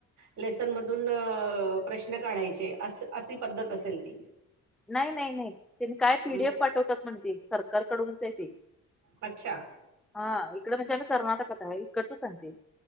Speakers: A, on the right; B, in the centre.
A: लेसन मधून अ प्रश्न काढायचे अस अशी पद्धत असेल ती.
B: नाही, नाही, नाही त्यांनी काय पीडीएफ
A: म-
B: पाठवतात. म्हण ते सरकारकडूनच आहे ते.
A: अच्छा,
B: हा इकड म्हणजे आम्ही कर्नाटकात आहे. इकडच सांगते.